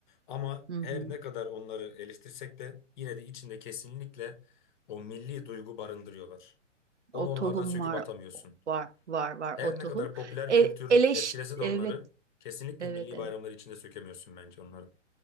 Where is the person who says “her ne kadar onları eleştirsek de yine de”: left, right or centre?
Left